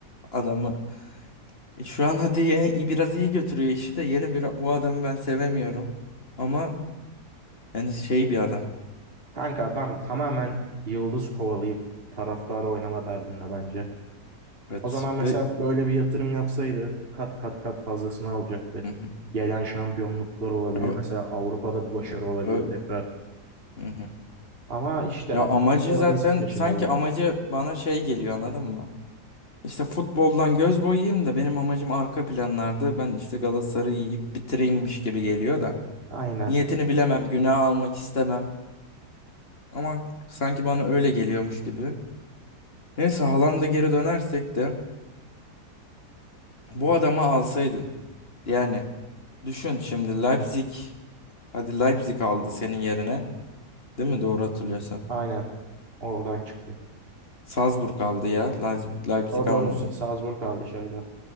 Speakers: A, on the left; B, on the right.
A: adamı E, şu an hadi yeni biraz iyi götürüyor işi de yeni bir bu adamı ben sevemiyorum. Ama yani şey bir adam.
B: Kanka adam tamamen yıldız kovalayıp taraftar oynama derdinde bence.
A: Evet
B: O zaman mesela
A: ve
B: böyle bir yatırım yapsaydı kat kat kat fazlasını alacaktı.
A: Hı hı.
B: Gelen şampiyonluklar olabilir.
A: Ya,
B: Mesela Avrupa'da bir başarı
A: ya
B: olabilir
A: öyle.
B: tekrar.
A: Hı hı.
B: Ama işte
A: Ya amacı
B: yıldız
A: zaten
B: peşindeler.
A: sanki amacı bana şey geliyor anladın mı? İşte futboldan göz boyayayım da benim amacım arka planlarda ben işte Galatasaray'ı yiyip bitireyimmiş gibi geliyor da.
B: Aynen.
A: Niyetini bilemem, günah almak istemem ama sanki bana öyle geliyormuş gibi. Neyse Haaland'a geri dönersek de Bu adamı alsaydın. Yani düşün şimdi Leipzig. Hadi Leipzig aldı senin yerine. Değil mi? Doğru hatırlıyorsam.
B: Aynen. Oradan çıktı.
A: Salzburg aldı ya. Leipz- Leipzig
B: Doğru doğru
A: almadı.
B: Sa- Salzburg aldı şeyden.